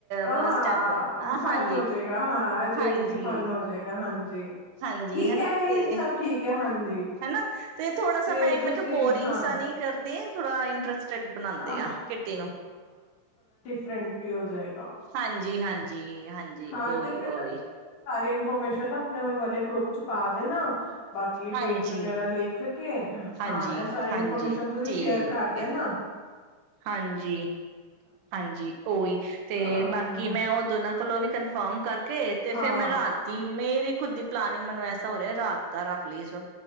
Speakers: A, on the left (about 75°); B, on the right (about 80°).
A: ਹਾਂ
B: ਮਤਲਬ ਸਟੈਪ ਹਾਂਜੀ,
A: ਫਨ ਹੋਜਏਗਾ ਹਾਂ ਇਹਦੇ
B: ਹਾਂਜੀ,
A: ਵਿੱਚ ਹੀ ਫਨ ਹੋਜਏਗਾ ਹਾਂਜੀ। ਜ
B: ਹਾਂਜੀ
A: ਠੀਕ
B: ਹਨਾ
A: ਹੈ ਇਹ
B: ਤੇ
A: ਸਭ ਠੀਕ ਹੈ। ਹਾਂਜੀ
B: ਹਨਾ ਤੇ ਥੋੜਾ ਸਮ
A: ਤੇ
B: ਮੈਂ ਮੈਂ
A: ਤੁਸੀਂ
B: ਕਿਹਾ ਬੋਰਿੰਗਸ
A: ਹਾਂ
B: ਨੀ ਕਰਦੀ। ਥੋੜਾ ਇੰਟਰਸਟਡ ਬਣਾਉਂਦੇ
A: ਹਾਂ
B: ਆ ਕਿੱਟੀ ਨੂੰ
A: ਫਰੈਂਡ ਵੀ ਹੋ ਜਾਏ।
B: ਹਾਂਜੀ- ਹਾਂਜੀ ਜੀ ਹਾਂਜੀ
A: ਹਾਂ
B: ਓਹੀ
A: ਤੇ ਫਿਰ ਨਾ
B: ਓਹੀ
A: ਤੁਸੀਂ ਸਾਰੀ ਇਨਫੋਰਮੇਸ਼ਨ ਨਾ ਆਪਣੇ ਵਾਲੇ ਗਰੁੱਪ ਚ ਪਾ ਦੇ ਨਾ ਬਾਕੀ ਕੀ
B: ਹਾਂਜੀ,
A: ਡੇਟ ਵਗੈਰਾ ਲਿਖ ਕੇ
B: ਹਾਂਜੀ,
A: ਹਾਂ ਇਹ ਸਾਰੀ
B: ਹਾਂਜੀ
A: ਇਨਫੋਰਮੇਸ਼ਨ ਤੁਸੀਂ
B: ਠੀਕ
A: ਸ਼ੇਅਰ ਕਰਦੇ
B: ਹੈ
A: ਨਾ।
B: ਹਾਂਜੀ। ਹਾਂਜੀ ਉਹੀ ਤੇ
A: ਹਾਂ
B: ਬਾਕੀ ਮੈਂ ਉਦੋ ਨਾ ਕਲੋਂ ਵੀ ਕਨਫਰਮ ਕਰਕੇ ਕੇ ਤੇ
A: ਹਾਂ
B: ਫਿਰ ਮੈਂ ਰਾ ਦੀ ਮੇਰੀ ਖੁੱਦੀ ਪਲਨਿੰਗ ਮੈਨੂੰ ਐਸ ਹੋ ਰਿਹਾ ਰਾਤ ਦਾ ਰੱਖ ਲਈਏ ਇਸ ਵ